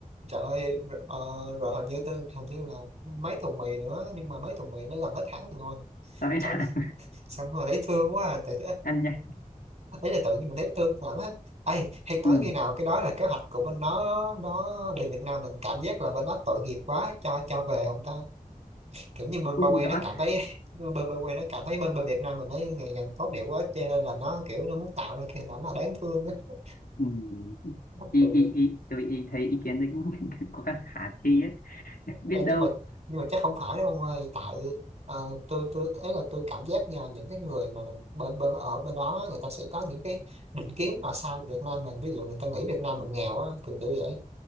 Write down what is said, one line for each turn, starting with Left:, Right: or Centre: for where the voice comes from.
Right: trời ơi rồi, ờ, rồi hình như tôi hình như là mấy thùng mì nữa nhưng mà mấy thùng mì nó gần hết hạn rồi
Left: <laughs> tới
Right: sao
Left: là
Right: sao mà thấy thương quá à. tự
Left: ăn nhanh
Right: ấy là tự nhiên mình thấy thương lắm á ấy hay tới
Left: ừ.
Right: khi nào cái đó là kế hoạch của bên nó nó đến Việt Nam mình cảm giác là bên đó tội nghiệp quá cho cho về không ta kiểu như bên
Left: cũng
Right: Ba
Left: không
Right: Que
Left: rõ
Right: nó cảm thấy <laughs> như bên Ba Que nó cảm thấy bên bên Việt Nam mình nó ngày càng tốt đẹp quá cho nên là nó kiểu nó muốn tạo ra cái hình ảnh là đáng thương á
Left: ừ.
Right: mắc
Left: ý,
Right: cười
Left: ý, ý, tôi ý thấy ý kiến đấy cũng <laughs> có khả thi ấy biết
Right: Ờ,
Left: đâu
Right: nhưng mà nhưng mà chắc không phải đâu ông ơi tại ờ, tôi tôi ấy là tôi cảm giác nha những cái người mà mình- bên bên ở bên đó người ta sẽ có những cái định kiến mà sao Việt Nam mình ví dụ người ta nghĩ Việt Nam mình nghèo á kiểu kiểu vậy